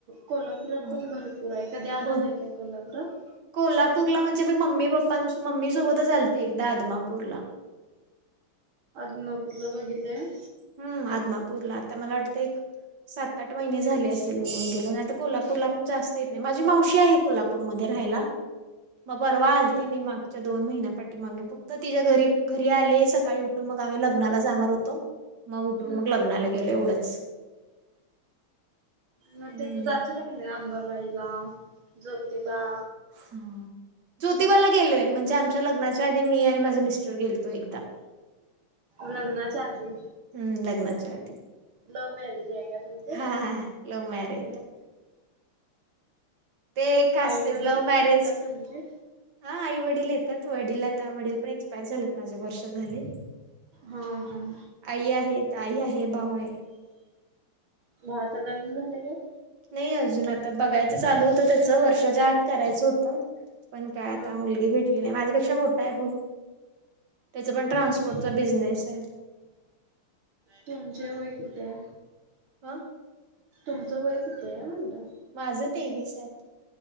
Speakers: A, on the right; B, on the right.
A: कोल्हापुरात
B: हम्म.
A: पण भरपूर आहे, कधी आला
B: बोल
A: नाही काय कोल्हापूरात?
B: कोल्हापूरला, म्हणजे मी मम्मी पप्पां श, मम्मी सोबतच आलते, एकदा आदमापूरला.
A: अदमापूरला बघितले वय?
B: हम्म, आदमापूरला आता मला वाटतं एक सात आठ महिने झाले असेल मि येऊन गेले, नाही त कोल्हापूरला पण जास्त येत नाही, माझी मावशी आहे कोल्हापूरमध्ये राहायला. म परवा आलते,
A: हम्म हम्म
B: मी माग च्या, दोन महिन्या पाठी मागे फक्त तिच्या घरी-घरी आले, सकाळी उठून मग आम्ही लग्नाला जाणार होतो. म उठुन
A: हम्म
B: मग लग्नाला गेलो एवढंच.
A: न
B: हम्म
A: तिथ जाचला का नाही आंबाबाईला, ज्योतिबा?
B: ह्म <unintelligible> ज्योतिबाला गेलोय, म्हणजे आमच्या लग्नाच्या आधी मी आणि माझे मिस्टर गेलतो एकदा. <unintelligible> <inaudible>
A: लग्नाच्या आधी?
B: हम्म लग्नाच्या आधी.
A: लव मॅरेज आहे का तुमच?
B: हा हा लव्ह मॅरेज आहे ते एक असतेच,
A: आई वडील
B: लव्ह
A: येतात
B: मॅरेज
A: का
B: हां
A: तुमचे?
B: आई वडील येतात, वडील आता वडील पण एक्सपायर झालेत, माझे वर्ष झाले.
A: हां हं
B: आई आहेत, आई आहे, भाऊ आहे
A: भावाच लग्न झालंय का?
B: नाही अजून आता बघायचं चालू होतं त्याचं वर्षाच्या आत करायचं होतं पण काय आता
A: हा
B: मुलगी भेटली नाही माझ्यापेक्षा मोठा आहे भाऊ त्याच पण ट्रान्सपोर्टचा
A: तुम
B: चा बिजनेस आहे.
A: तुमचे वय किती आहे
B: अं
A: तुमचं वय किती आहे म्हणलं
B: माझं तेवीस आहे.